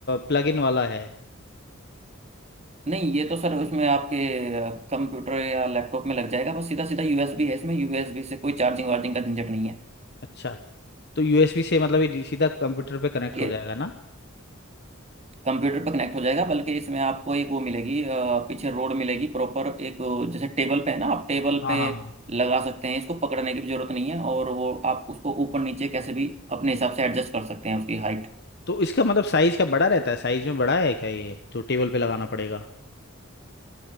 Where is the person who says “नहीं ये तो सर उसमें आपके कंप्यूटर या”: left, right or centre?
Right